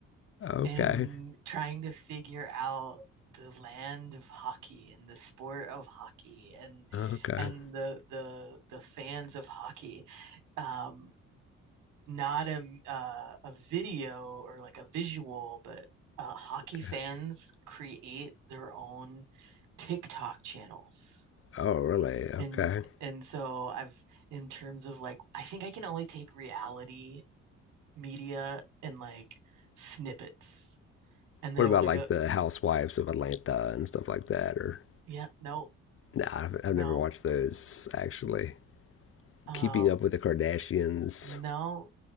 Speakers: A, on the left; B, on the right.
A: Okay.
B: and trying to figure out the land of hockey and the sport of hockey and
A: Okay.
B: and the the the fans of hockey. Um, not a uh, a video or like a visual, but uh, hockey fans
A: Yeah.
B: create their own TikTok channels.
A: Oh, really? Okay.
B: And and so I've in terms of like I think I can only take reality media and like snippets. And
A: What
B: then I
A: about
B: want to
A: like
B: go,
A: the Housewives of Atlanta and stuff like that? Or
B: yeah, no,
A: nah, I've,
B: No.
A: I've never watched those actually.
B: Um,
A: Keeping Up with the Kardashians.
B: no.